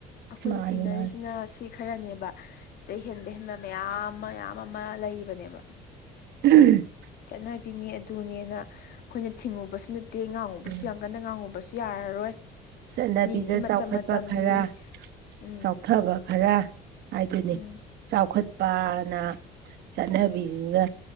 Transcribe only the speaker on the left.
ꯑꯩꯈꯣꯏꯅ
ꯊꯦꯡꯅꯔꯤꯁꯤꯅ
ꯁꯤ ꯈꯔꯅꯦꯕ ꯁꯤꯗꯩ ꯍꯦꯟꯕ ꯍꯦꯟꯕ ꯃꯌꯥꯝ ꯃꯌꯥꯝ ꯑꯃ ꯂꯩꯔꯤꯕꯅꯦꯕ꯫
ꯆꯠꯅꯕꯤꯅꯦ ꯑꯗꯨꯅꯦꯅ ꯑꯩꯈꯣꯏꯅ ꯊꯤꯡꯉꯨꯕꯁꯨ ꯅꯠꯇꯦ ꯉꯥꯡꯉꯨꯕꯁꯨ
ꯌꯥꯝ ꯀꯟꯅ ꯉꯥꯡꯉꯨꯕꯁꯨ ꯌꯥꯔꯔꯣꯏ꯫
ꯃꯤ ꯃꯤ ꯃꯇꯝ
ꯃꯇꯝꯅꯤ
ꯎꯝ
ꯎꯝ